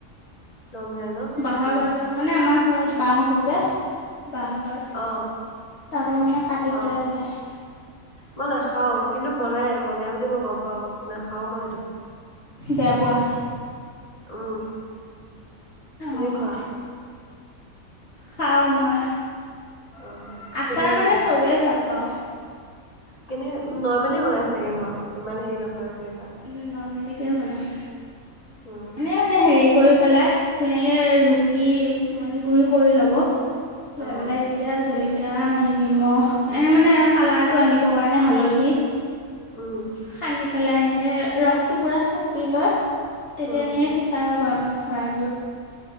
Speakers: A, on the left; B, on the left.
A: নবনায় ন।
B: বাঁহৰ
A: উম
B: গাজৰ মানে, আমাৰ ঘৰত বাঁহ আছে যে, বাঁহগছ
A: অ
B: তাৰ পৰা মানে কাটি পেলাই
A: অ
B: বনায়।
A: মই নাখাওঁ, কিন্তু বনায়, বনায় বুলি মই গম পাওঁ, নাখাওঁ মই সেইটো।
B: বেয়া পোৱা?
A: উম, তুমি
B: অঁ।
A: খোৱা?
B: খাওঁ মই।
A: অ',
B: আচাৰ
A: কেনেকৈ
B: মানে
A: বনায়?
B: চবেই ভাল পাওঁ
A: কেনে, নৰ্মেলি বনায় চাগে ন, ইমান হেৰি নকৰে চাগে তাত?
B: উম, নৰ্মেলিকৈ বনায়।
A: উম
B: এনে মানে, হেৰি কৰি পেলাই, ধুনীয়াকে ৰুকি মানে, গুৰি কৰি ল'ব। লৈ
A: অহ
B: পেলাই তেতিয়া জলকীয়া, নিমখ, এ মানে, কালাৰটো আনিবৰ কাৰণে হালধি <inaudible>
A: উম।
B: সানি পেলাই এনেকে, ৰসটো পূৰা চেপি লয়, তেতিয়া
A: উম
B: এনেকে চিচাৰৰ বৈয়ামত ভৰাই দিয়ে।